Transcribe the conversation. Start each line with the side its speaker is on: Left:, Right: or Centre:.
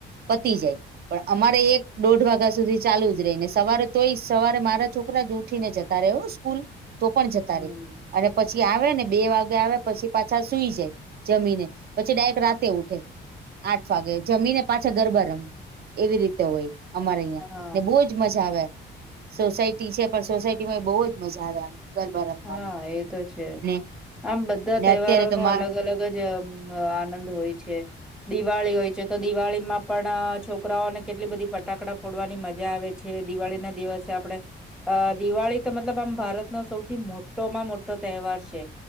Right: પતી જાય. પણ અમારે એક દોઢ વાગ્યા સુધી ચાલુ જ રહી ને સવારે તોય જ સવારે મારા છોકરા જ ઉઠી ને જતા રહે સ્કૂલ તો પણ જતા
Centre: હમ
Right: રે અને પછી આવે ને બે વાગે આવે પછી પાછા સુઈ જાય જમીને પછી ડાયરેક્ટ રાતે ઉઠે આઠ વાગે જમીને પાછા ગરબા રમવા એવી રીતે હોય અમારે અહં
Centre: હા
Right: ને બહુ જ મજા આવે સોસાયટી છે પણ સોસાયટી માં બહુ જ મજા આવે ગરબા રમવાની
Centre: હા એ તો છે.
Right: ને
Centre: આમ બધા
Right: ને
Centre: તહેવારો
Right: અત્યારે તો
Centre: ન
Right: માં
Centre: અલગ અલગ જ આનંદ હોય છે દિવાળી હોય છે તો દિવાળી માં પણ છોકરાઓને કેટલી બધી ફટાકડા ફોડવાની મજા આવે છે છે દિવાળી ના દિવસે આપણે અ દિવાળી તો મતલબ આમ ભારત ન સૌ મોટોમાં મોટો તહેવાર છે